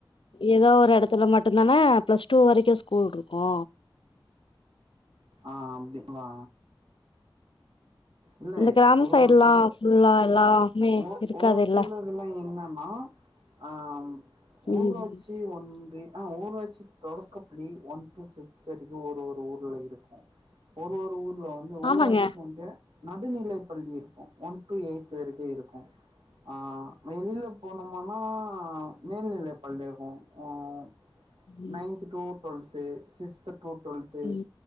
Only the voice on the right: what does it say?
ஆஹ் அப்டிங்களா இல்ல
ஒரு
ஒரு சில
ஒ
ஒரு சிலதுல என்னன்னா அம்
ஊராட்சி ஒன்றி ஆ ஊராட்சி தொடக்கப்ளி ஒன் டூ ஃபிஃப்த் வரைக்கு ஒரு ஒரு ஊரில இருக்கு ஒரு ஒரு ஊர் ல வந்து ஊராட்சி
ஒன்றிய நடுநிலைப் பள்ளி இருக்கு ஒன் டு எய்த் வரைக்கு இருக்கு ஆஹ் வெளியில போனோமனா மேல்நிலை பள்ளி இருக்கு ஒஹ்
ninth to twelfth sixth to twelfth